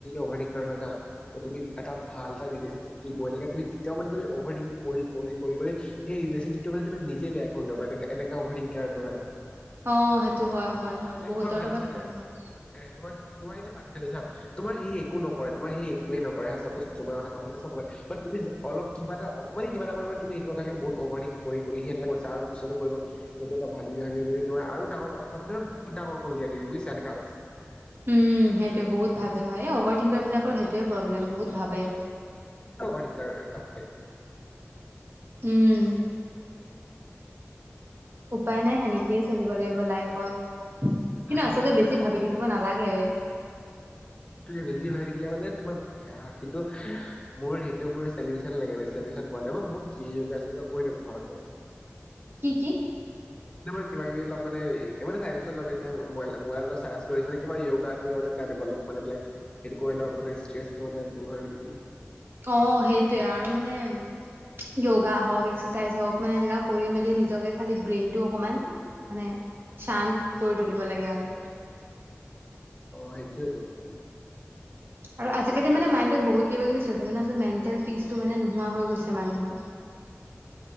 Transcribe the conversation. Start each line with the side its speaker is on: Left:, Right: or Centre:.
Left: অভাৰিং কাৰ হয় না মানে তুমি এটা ভাল ৰিলেস্নিপ কৰি থাক তেতিয়াও তুমি অভাৰিং কৰি কৰি কৰি কৰি। এই ৰিলেচিপিটো মানে তুমি নিজে বেয়া কৰি ল'ব এনেকা অভাৰিংকেয়াটো হয়।
Right: অ সেইটো হয় হয় হয়
Left: লাইক
Right: বহুতৰ
Left: তোমাৰ ভাল
Right: লগত
Left: চলিছে
Right: তেনেকা হয়।
Left: এ তোমাৰ তোমাৰ এনে ভাল আছিলে চা তোমাৰ সি একো নকৰে। তোমাৰ সি একোৱে নকৰে হা চাপজ তমাৰ কথা চাব ব তুমি অলপ কিবা এ অকণমান কিবা এটা কৰো তুমি সেইটো কথে বহুত। অভাৰিং কৰি কৰি কৰি সেনে কৰি আৰু পিছতো কৰিব। সেইটো এটা ভাব ভাবি ভাবি তোমাৰ আৰু ডাঙৰ কথা কথাম বহুত ডাঙৰ কৰিবা তুমি বুজছা এনেকুৱা হয়।
Right: উম সেইটোৱে বহুত ভাবে হয় অভাৰ থিংকাৰ বিলাকৰ সেইটোৱে প্ৰব্লেম বহুত ভাবে।
Left: তুমি অভাৰিংকাৰ হয়।
Right: উম। উপায় নাই সেনেকয়ে চলিব লাগিব। লাইফ ত।
Left: সেইটো
Right: কিন্তু আচলতে বেছি ভাবি থাকিব নালাগে। হে।
Left: তুমে বেছি ভাবি থাকিলে, মানে তোমাৰ বেয়া কিন্তু মোৰ সেইটো মোৰ চিচন লাগে চিচন কৰা নাই মই বহুত ক যোগা কৈ দি ঘৰতে।
Right: কি কি?
Left: এতিয়া মই কিবা কিবি অলপ মানে চাইএছটো এনে মোবাইলত চাৰ্ছ কৰি কৰি ইওয়োগা। ৰাতিপুৱা অলপ মানে সেটো কৰিলে অলপ মানে স্তেছৰ অলপ দৰ হয় নেকি।
Right: অ সেইটোৱে আৰু মানে য়োগা হওঁক এক্সাৰচাইজ হওক মানে এনেকুৱা কৰি মেলি নিজকে খালি ব্ৰেইনটো অকমান মানে চান্ত কৰি তুলিব লাগে আৰু।
Left: অ সেইটোটো।
Right: আৰু আজিকালি মানে মাইণ্ডত বহুত কিবা কিবি চলিছোগ ন মেণ্টেল পিচটো মানে নোহোৱা হৈ গৈছে মানুহৰ।